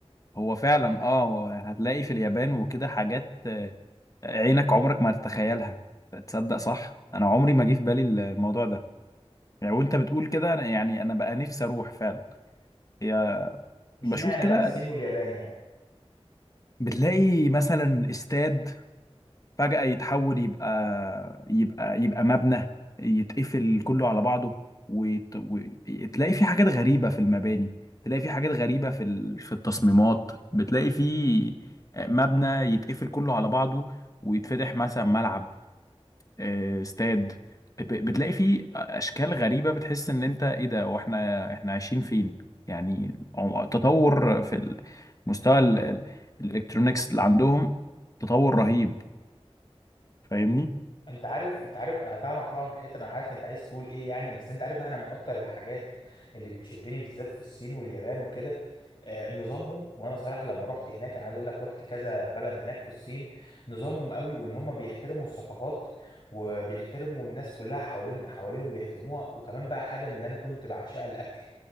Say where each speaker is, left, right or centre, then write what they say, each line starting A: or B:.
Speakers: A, on the left; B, on the left.
A: هو فعلا اه هتلاقي في اليابان وكده حاجات عينك عمرك ما تتخيلها تصدق صح انا عمري ما جه في بالي الموضوع ده يعني وانت بتقول كده أنا- يعني انا بقى نفسي اروح فعلا هي
B: اشمعنى
A: بشوف كده
B: بقى الصين واليابان يعني
A: بتلاقي مثلا استاد فجأة يتحول يبقى يبقى يبقى مبنى يتقفل كله على بعضه وت... وتلاقي في حاجات غريبة في المباني تلاقي في حاجات غريبة في ال... في التصميمات بتلاقي في مبنى يتقفل كله على بعضه ويتفتح مثلا ملعب آه، استاد ب- بتلاقي فيه اشكال غريبه بتحس ان انت ايه ده واحنا احنا عايشين فين يعني عم- تطور في المستوى ال- ال- الالكترونيكس اللي عندهم تطور رهيب فاهمني
B: انت عارف انت عارف انا فاهمك طبعا في الحته انا عارف انت عايز تقول ايه يعني بس انت عارف بقى انا من اكتر الحاجات اللي بتشدني بالذات في الصين واليابان وكده آه نظامهم وانا صراحه لما رحت هناك انا عايز اقول لك رحت كذا بلد هناك في الصين نظامهم قوي وان هم بيحترموا الثقافات وبيحترموا الناس كلها حوالين حواليهم بيحترموها وكمان بقى حاجه من اللي انا كنت بعشقها الاكل